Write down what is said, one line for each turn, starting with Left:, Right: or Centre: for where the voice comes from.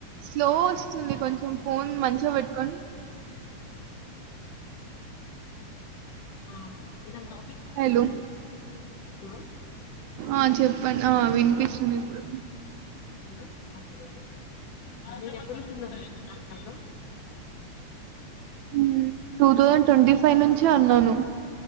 Right: స్లోస్ వస్తుంది కొంచెం ఫోన్ మంచిగా పెట్టుకొని
Left: ఆ ఇదంతా
Right: హలో
Left: హలో
Right: ఆ చెప్పండి ఆ వినిపిస్తుంది ఇప్పుడు
Left: వినిపిస్తుందా ఓకే మేడమ్ ఆ మీరు ఎప్పుడ్ నించ్ <unintelligible> హా హలో
Right: హ్మ్ టూ థౌజండ్ ట్వంటీ ఫైవ్ నుంచి అన్నాను.